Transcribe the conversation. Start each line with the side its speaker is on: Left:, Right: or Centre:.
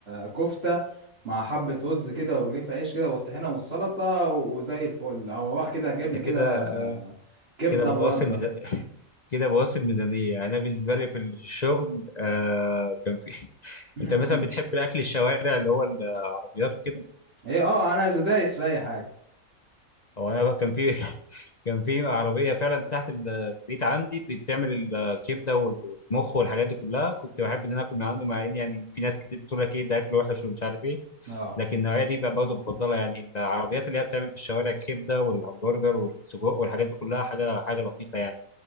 Right: كفته مع حبه رز كده ورغيف عيش كده والطحينه والسلطه وزي الفل او اروح كده اجيب
Left: انت
Right: لي كده
Left: كده
Right: كبده
Left: كده بوصل
Right: برده
Left: ميزان <laughs> كده بوصل ميزانية يعني انا بالنسبة لي في الشغل آه كان في <laughs>
Right: <laughs>
Left: انت مثلا بتحب الاكل الشوارع اللي هو العربيات وكده
Right: ايه اه انا دايس في اي حاجه
Left: هو انا كان في <laughs> كان في عربية فعلا تحت ال- البيت عندي بتعمل الكبدة والمخ والحاجات دي كلها كنت بحب ان انا اكل من عنده مع ان يعني في ناس كتير بتقول لك ايه ده اكل وحش ومش عارف ايه
Right: اه
Left: لكن النوعية دي بقى برضه بفضلها يعني العربيات اللي هي بتعمل في الشوارع الكبدة والهمبرجر والسجق والحاجات دي كلها حاجة حاجة لطيفة يعني